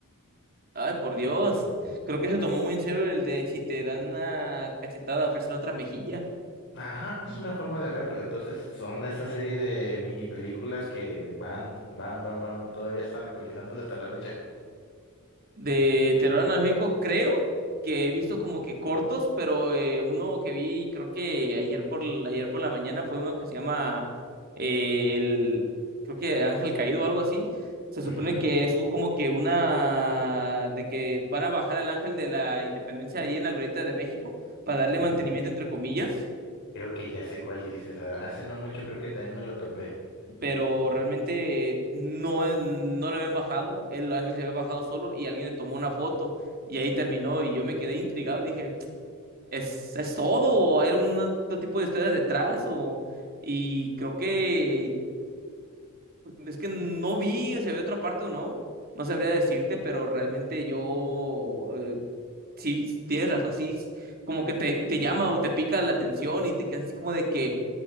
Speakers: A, on the right; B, on the left.
A: Ay, por Dios. Creo que se tomó muy en serio el de si te dan una cachetada, ofrecer otra mejilla.
B: Ajá, es una forma de verlo. Entonces son esa serie de mini películas que van, van, van, van, todavía están actualizándose hasta la fecha.
A: De terror analógico, creo que he visto como que cortos, pero eh, uno que vi, creo que ayer por, ayer por la mañana fue uno que se llama eh, el, creo que Ángel Caído o algo así. Se supone
B: Ujú.
A: que es un- como que una, de que van a bajar el ángel de la independencia ahí en la Glorieta de México para darle mantenimiento
B: Oh.
A: entre comillas.
B: Creo que ya sé cuál dices. Ah, Hace no mucho creo que también me lo topé.
A: pero realmente no, no le habían bajado, el ángel se había bajado solo y alguien le tomó una foto y ahí terminó y yo me quedé intrigado y dije, ¿es, es todo? ¿O ¿Hay algún otro tipo de historias detrás? O, y creo que es que no vi si había otra parte o no, no sabría decirte, pero realmente yo... eh, Sí, tienes razón, sí, como que te, te llama o te pica la atención y te quedas así como de que,